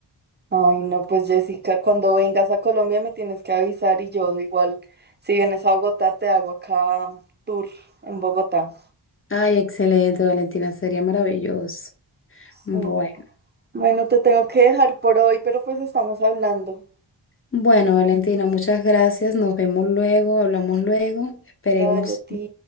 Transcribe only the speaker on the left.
Ay, excelente, Valentina, sería maravilloso. Bueno,
bueno, Valentina, muchas gracias. Nos vemos luego, hablamos luego. Esperemos.